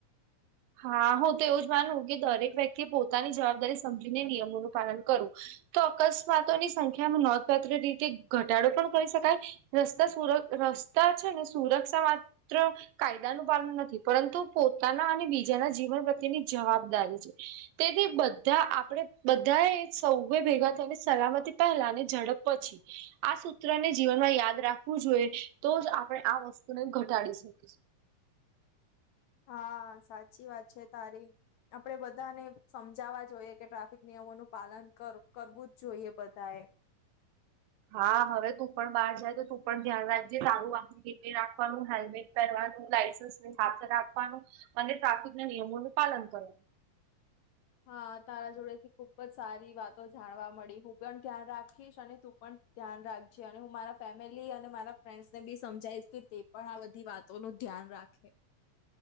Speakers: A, on the right (about 80°); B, on the left (about 70°).
A: હા હું તો એવું જ માનું કે દરેક વ્યક્તિ પોતાની જવાબદારી સમજીને નિયમોનું પાલન કરવું. તો અકસ્માતોની સંખ્યામાં નોંધપાત્ર રીતે ઘટાડો પણ કરી શકાય. રસ્તા સુર રસ્તા છે ને સુરક્ષામાં ત્ર કાયદાનું પાલન નથી પરંતુ પોતાના અને બી જેના જીવન પ્રત્યેની જવાબદારી છે. તેથી બધા આપણે બધાએ સૌએ ભેગા થઈને સલામતીતા પહેલા ની ઝડપ પછી આ સૂત્રને જીવનમાં યાદ રાખવું જોઈએ તો જ આપણે આ વસ્તુને ઘટાડી શકીશું.
B: હા સાચી વાત છે તારી આપડે બધાને સમજાવવા જોઈએ કે ટ્રાફિક નિયમોનું પાલન કરવું જ જોઈએ બધા એ.
A: હા હવે તું પણ બહાર જાય તો તું પણ ધ્યાન રાખજે સારું વા <inaudible> આપવાનું, હેલ્મેટ પહેરવાનું, લાયસન્સની સાથે રાખવાનું. અને ટ્રાફિક ના નિયમોનું પાલન કરવાનું.
B: હા તારા જોડે થી ખુબ જ સારી વાતો જાણવા મળી હું પણ ધ્યાન રાખીશ અને તું પણ ધ્યાન રાખજે અને હું મારા ફેમિલી અને મારા ફ્રેન્ડસ ને બી સમજાઈશ કે તે પણ આ બધી વાત તોનું ધ્યાન રાખે.